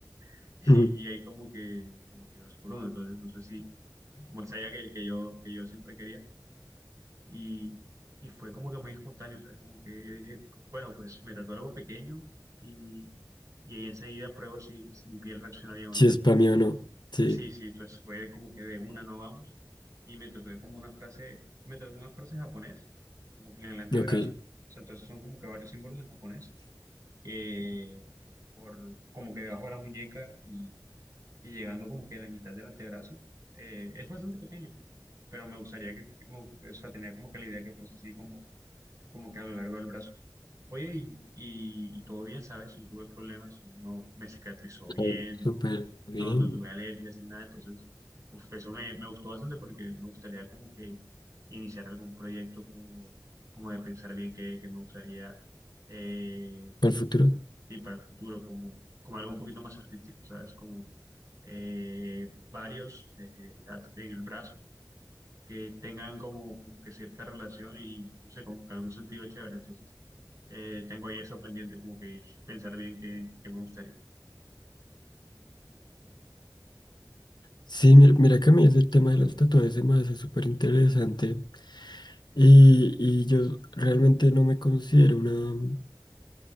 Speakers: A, on the right; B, on the left.
A: <laughs>
B: <clears throat>
A: y, hay como que, como que dos por uno, entonces no sé si, como él sabía que, que yo, que yo siempre quería, Y, y fue como que muy espontáneo, ¿sabes? Como que yo dije, bueno, pues me tatué algo pequeño y, y ahí enseguida pruebo si, si mi piel reacciona bien o
B: Si
A: no.
B: es para mí o no. Sí,
A: Sí, sí, entonces fue como que de una no vamos. Y me tatué como una frase, me tatué una frase en japonés, como que en el antebrazo.
B: ok.
A: O sea, entonces son como que varios símbolos en japonés, eh, por, como que debajo de la muñeca y, y llegando como que a la mitad del antebrazo. Eh, es bastante pequeño, pero me gustaría que, como- o sea, tenía como que la idea que fuese así como como que a lo largo del brazo. Oye, y, y- y todo bien, ¿sabes? No tuve problemas, no me cicatrizó bien,
B: A ver, Súper
A: no,
B: bien.
A: no, no tuve alergias ni nada, entonces, uf, eso me, me gustó bastante porque me gustaría como que iniciar algún proyecto como, como de pensar bien qué, qué me gustaría eh,
B: ¿Para el futuro?
A: sí, para el futuro, como, como algo un poquito más artístico, ¿sabes? Como eh, varios eh, at- en el brazo que tengan como, como que cierta relación y no sé, como que algún sentido chévere, entonces. Eh, tengo ahí eso pendiente, como que pensar bien qué, qué me gustaría.
B: Sí, mira, mira que a mí es el tema de los tatuajes se me hace súper interesante y, y yo realmente no me considero una